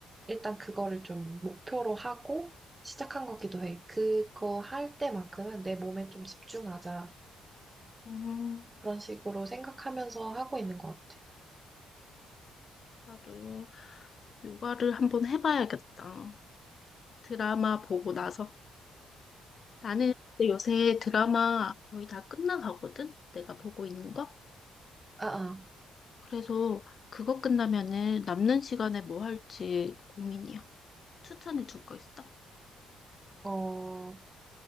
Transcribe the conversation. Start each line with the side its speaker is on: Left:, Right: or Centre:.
Right: 일단 그거를 좀 목표로 하고 시작한 거기도 해. 그거 할 때만큼은 내 몸에 좀 집중하자.
Left: 음,
Right: 그런 식으로 생각하면서 하고 있는 것 같아.
Left: 나도 요가를 한번 해봐야겠다. 드라마 보고 나서. 나는 근데 요새 드라마 거의 다 끝나가거든? 내가 보고 있는 거?
Right: 아,
Left: 그래서 그거 끝나면은 남는 시간에 뭐 할지 고민이야. 추천해 줄 거 있어?
Right: 아. 어,